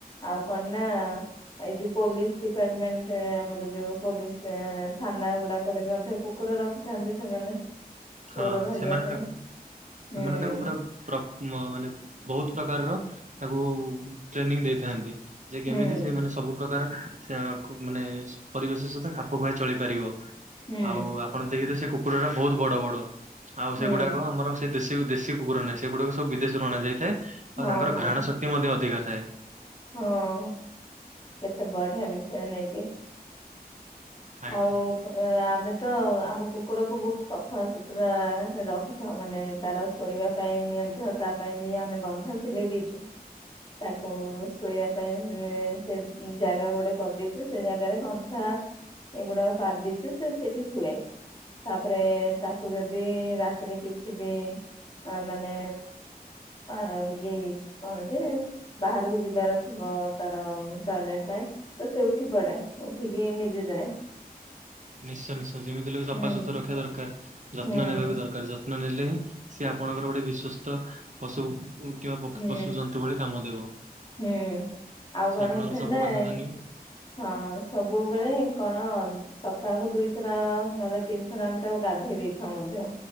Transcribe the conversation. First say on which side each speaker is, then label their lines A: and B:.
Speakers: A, on the left (about 30°); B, on the right (about 50°).
A: ଆଉ କଣ ନା ଏଇ ଯୋଉ ପୋଲିସ୍ ଡିପାର୍ଟମେଣ୍ଟରେ ଆମର ଯୋଉ ପୋଲିସ୍ ଏ ଥାନା ଗୁଡାକରେ ବି ମଧ୍ୟ କୁ କୁର ରଖିଥାନ୍ତି ସେମାନେ
B: ହଁ
A: ଚୋର ଧରିବା
B: ସେମାନେ
A: ପାଇଁ।
B: ତାକୁ
A: ହୁଁ
B: ସେମାନେ ତାକୁ ପୁରା ପ୍ର ମାନେ ବହୁତ୍ ପ୍ରକାରର ତାକୁ ଟ୍ରେନିଂ ଦେଇଥାନ୍ତି। ଯେ
A: ହୁଁ
B: କେମିତି ସେ ମାନେ ସବୁ ପ୍ରକାର ସେ ମାନେ ପରିବେଶ ସହିତ ଖାପ ଖୁଆଇ ଚଳିପାରିବ।
A: ହୁଁ
B: ଆଉ ଆପଣ ଦେଖିଥିବେ ସେ କୁକୁରା ଗୁରା ବହୁତ୍ ବଡ-ବଡ ଆଉ
A: ହୁଁ
B: ସେଗୁଡାକ ଆମର ସେ ଦେଶୀ-ଦେଶୀ କୁକୁର ନାହିଁ ସେଗୁଡା ସବୁ ବିଦେଶରୁ ଅଣାଯାଇଥାଏ, ଆଉ
A: ହଁ
B: ତାଙ୍କର
A: ହଁ
B: ଘ୍ରାଣ ଶକ୍ତି ମଧ୍ୟ ଅଧିକ ଥାଏ।
A: ହଁ କେତେ ବଢିଆ ବିଷୟ ନେଇକି
B: ଆଜ୍ଞା
A: ଆଉ ଆମେ ତ ଆମ କୁକୁରକୁ ବହୁତ୍ ସଫା ସୁତୁରା ର ଖିଥାଉ ମାନେ ତାର ଶୋଇବା ପାଇଁ ମଧ୍ଯ ତା ପାଇଁ ବି ଆମେ କନ୍ଥା ସିଲେଇ ଦେଇଚୁ, ତାକୁ ଶୋଇବା ପାଇଁ ସେ-ସେ ଜାଗା ଗୋଟେ କରିଦେଇଚୁ, ସେ ଜାଗାରେ କନ୍ଥା ଏଗୁଡାକ ପାରି ଦେଇଚୁ, ସେ ସେଠି ଶୁଏ। ତାପରେ ତାକୁ ଯଦି ରାତିରେ କିଛି ବି ଅ ମାନେ ପା ଏଇ <unintelligible> ଯେ ବାହାରକୁ ଯିବାର ଥିବ ତାର ଟଏଲେଟ୍ ପାଇଁ ତ ସେ ଉଠିପଡ଼େ, ଉଠିକି ନିଜେ ଯାଏ।
B: ନିଶ୍ଚୟ-ନିଶ୍ଚୟ ଯେମିତି ହେଲେ ବି ସଫା
A: ହୁଁ
B: ସୁୁତୁରା ରଖିବା ଦରକାର୍, ଯତ୍ନ
A: ହୁଁ
B: ନେବା ବି ଦରକାର୍। <unintelligible> ନେଲେ ହିଁ ସିଏ ଆପଣଙ୍କର ଗୋଟେ ବିଶ୍ୱସ୍ତ ପଶୁ। କିମ୍ବା
A: ହୁଁ
B: ପଶୁଜନ୍ତୁ ଭଳି କାମ ଦେବ।
A: ହୁଁ ଆଉ
B: ସେ
A: କଣ
B: ଆପଣଙ୍କର
A: ହେଇଥାନ୍ତା
B: ସବୁ କଥା
A: ଏ
B: ମାନିବ
A: ହଁ ସବୁବେଳେ କଣ ସପ୍ତାହକୁ ଦୁଇଥର ନହଲେ ତିନି ଥର ଆମେ ତାକୁ ଗାଧେଇ ଦେଇଥାଉ ମଧ୍ୟ।